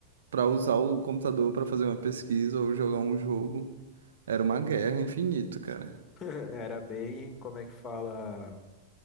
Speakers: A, on the right; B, on the left.
A: pra usar o computador pra fazer uma pesquisa ou jogar um jogo, era uma guerra infinita, cara.
B: <laughs> era bem, como é que fala?